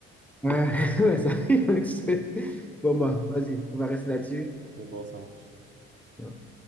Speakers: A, in the centre; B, on the right.
A: Ouais, <laughs> ouais, ça arrive. on est tous- Bon, bah, vas-y, on va rester là-dessus.
B: C'est bon, ça marche.
A: Vas-y.